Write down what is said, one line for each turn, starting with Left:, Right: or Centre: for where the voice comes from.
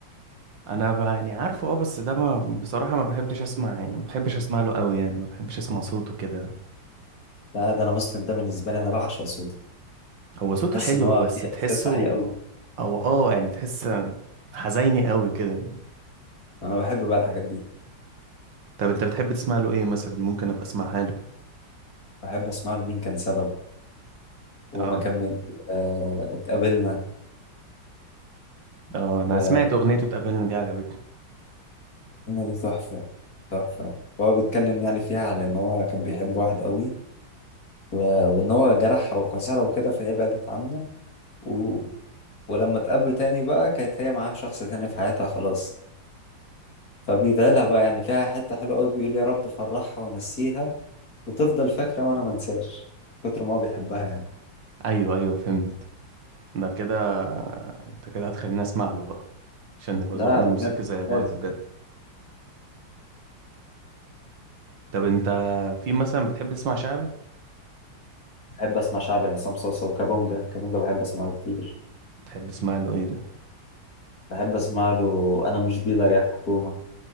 Right: انا ب- يعني عارفه اه بس ده ما بصراحه ما بحبش اسمع يعني ما بحبش اسمع له قوي يعني ما بحبش اسمع صوته كده
Left: لا ده انا مسلم ده بالنسبة لي انا بعشق صوته
Right: هو صوته
Left: بحس
Right: حلو
Left: ان هو
Right: بس
Left: في
Right: تحسه
Left: احساس عالي قوي
Right: او اه يعني تحس حزيني قوي كده
Left: انا بحب بقى الحاجات دي
Right: طب انت بتحب تسمع له ايه مثلا ممكن ابقى اسمعها له
Left: بحب اسمع له مين كان سبب وما
Right: اه
Left: كمل آه، اتقابلنا
Right: اه انا
Left: واتقابلنا
Right: سمعت اغنيته اتقابلنا دي عجبتني
Left: دي تحفة تحفة هو بيتكلم يعني فيها على إن هو كان بيحب واحدة قوي و... وإن هو جرحها وكسرها وكده فهي بعدت عنه و... ولما اتقابلوا تاني بقى كانت هي معاها شخص تاني في حياتها خلاص فبيدعيلها بقى يعني فيها حتة حلوة قوي بيقول يا رب فرحها ونسيها وتفضل فاكرة وأنا منساش كتر ما هو بيحبها يعني
Right: ايوه ايوه فهمت ده كده انت كده هتخليني اسمع له بقى عشان نبقى
Left: لا
Right: ذوقنا
Left: بجد
Right: الموسيقي زي بعض
Left: لازم
Right: بجد طب انت في مثلا بتحب تسمع شعبي
Left: بحب أسمع شعبي لعصام صوصة وكابونجا كابونجا بحب أسمعه كتير
Right: بتحب تسمع له ايه ده
Left: بحب أسمع له أنا مش ديلر يا حكومة